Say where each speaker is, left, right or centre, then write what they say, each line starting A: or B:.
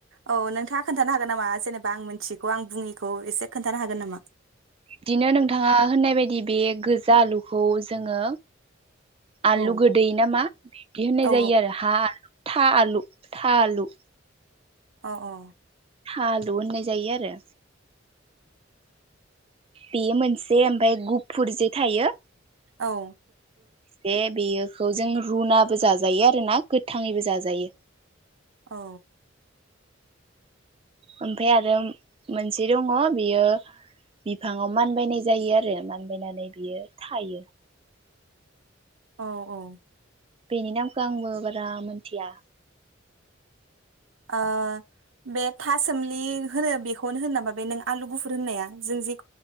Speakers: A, on the right; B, on the right.
A: औ नोंथाङा खोन्थानो हागोन नामा जेनेबा आं मिनथिखौ आं बुङिखौ एसे खोन्थानो हागोन नामा?
B: बिदिनो नोंथाङा होननाय बायदि बे गोजा आलुखौ जोङो आलु
A: औ
B: गोदै नामा बिदि होननाय
A: औ
B: जायो आरो हा आल था आलु था आलु
A: अ अ
B: था आलु होननाय जायो आरो बेयो मोनसे ओमफाय गुफुरजे थायो
A: औ
B: जे बेयोखौ जों रुनाबो जाजायो आरो ना गोथाङैबो जाजायो
A: औ
B: ओमफाय आरो मोनसे दङ बियो बिफाङाव मानबायनाय जायो आरो मानबायनानै बियो थायो।
A: औ औ
B: बेनि नामखौ आंबो बारा मोनथिया
A: ओ बे थासोमलि होनो बेखौनो होन नामा बे नों आलु गुफुर होननाया जों जे